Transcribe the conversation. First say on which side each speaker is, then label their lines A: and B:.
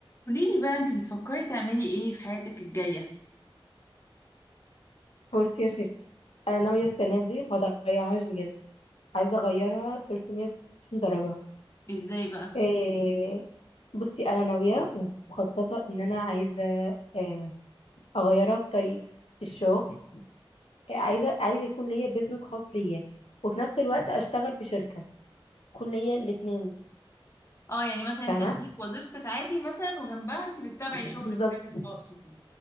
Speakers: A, on the left (about 30°); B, on the left (about 85°).
A: قوليلي بقى انتي بتفكري تعملي ايه في حياتك الجاية
B: بصي يا ستي انا ناويه السنه دي ما اضيعهاش بجد عايزه اغيرها 360 درجه
A: ازاي بقى
B: إيه بصي انا ناويه ومخططه ان انا عايزه آه، اغيرها في طريقه الشغل آه، عايزه عايزه يكون ليا بيزنس خاص ليا وفي نفس الوقت اشتغل في شركه يكون ليا الاثنين
A: اه يعني مثلا
B: فاهمه
A: انتي عندك وظيفتك عادي مثلا وجنبها انتي بتتابعي
B: بالظبط
A: شغل بتاعك خاص وكده